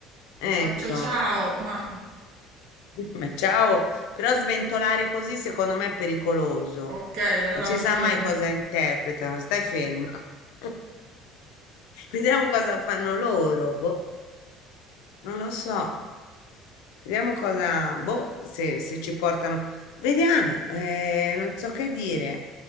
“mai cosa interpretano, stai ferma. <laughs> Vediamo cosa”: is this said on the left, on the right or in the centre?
Left